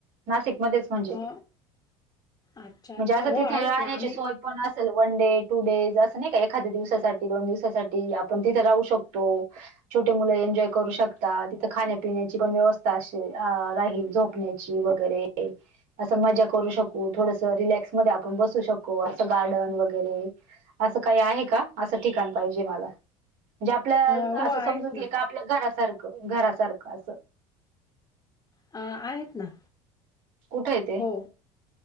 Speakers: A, on the right; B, on the left.
A: नाशिकमध्येच म्हणजे.
B: अ अच्छा
A: म्हणजे
B: अच्छा
A: असं,
B: हो
A: तिथे
B: आहेत
A: राहण्याची
B: ना आम्ही
A: सोय पण असेल. वन डे, टू डेज असं नाही का? एखाद्या दिवसासाठी, दोन दिवसासाठी. आपण तिथे राहू शकतो. छोटे मुलं, एन्जॉय करू शकतात. तर खाण्यापिण्याची पण व्यवस्था असे, राहील. झोपण्याची वगैरे. असं मजा करू शकू. थोडस, रिलॅक्समध्ये आपण बसू शकू. असं गार्डन वगैरे. असं काही आहे का? असं ठिकाण पाहिजे मला. म्हणजे आपल्या,
B: अ हो
A: असं
B: आहेत
A: समजू
B: ना
A: की, एका आपल्या घरासारखं. घरा सारखं, असं.
B: अ आहेत ना.
A: कुठंय, ते?
B: हो